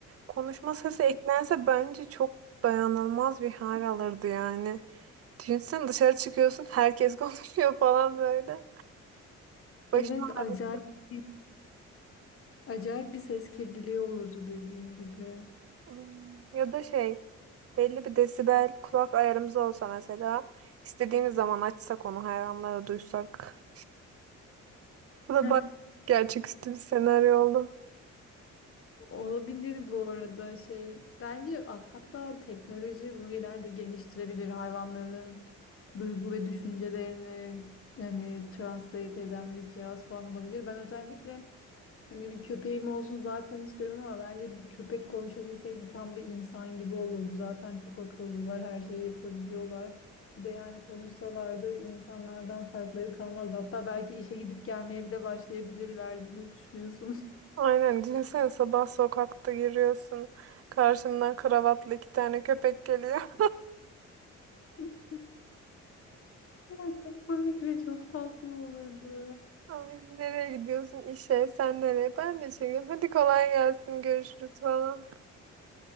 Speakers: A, on the right (about 50°); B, on the left (about 45°).
A: konuşma sesi eklense bence çok dayanılmaz bir hal alırdı yani. Düşünsene dışarı çıkıyorsun herkes <laughs> konuşuyor falan böyle. Başım
B: Evet acayip
A: ağrıyor.
B: bir acayip bir ses kirliliği olurdu dediğin gibi.
A: Hmm, Ya da şey belli bir desibel kulak ayarımız olsa mesela istediğimiz zaman açsak onu hayvanlara duysak. Bu
B: <laughs>
A: da bak gerçeküstü bir senaryo oldu.
B: Olabilir bu arada şey. Bence at- hatta teknoloji bunu ileride geliştirebilir. Hayvanların duygu ve düşüncelerini hani translate eden bir cihaz falan olabilir. Ben özellikle hani bir köpeğim olsun zaten istiyorum ama bence bir köpek konuşabilseydi tam bir insan gibi olurdu. Zaten çok akıllılar, her şeyi yapabiliyorlar. Bir de yani konuşsalardı insanlardan farkları kalmaz. Hatta belki işe gidip gelmeye bile başlayabilirlerdi. Ne düşünüyorsun?
A: Aynen düşünsene sabah sokakta yürüyorsun karşından kravatlı iki tane köpek geliyor. <laughs>
B: <laughs> <laughs> Ay, Çok komik ve çok tatlı olurdu.
A: Ay, nereye gidiyorsun işe sen nereye ben de işe gidiyorum hadi kolay gelsin görüşürüz falan.